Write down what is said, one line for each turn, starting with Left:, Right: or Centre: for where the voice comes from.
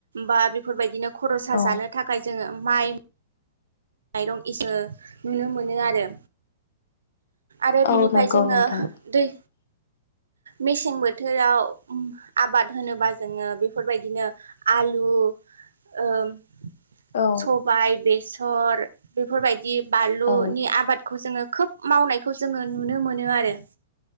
Right: बा बेफोरबायदिनो खरसा
Left: औ
Right: जानो थाखाय जोङो माइ माइरं इो नुनो मोनो आरो आरो
Left: औ
Right: बिनिफ्राय
Left: नंगौ
Right: जोङो
Left: नोंथां
Right: दै
Left: <unintelligible>
Right: मेसें बोथोराव आबाद होनोबा जोङो बेफोरबायदिनो आलु ओ ।
Left: औ
Right: सबाय बेसर बेफोरबायदि बानलुनि
Left: औ
Right: आबादखौ जोङो खोब मावनायखौ जोङो नुनो मोनो आरो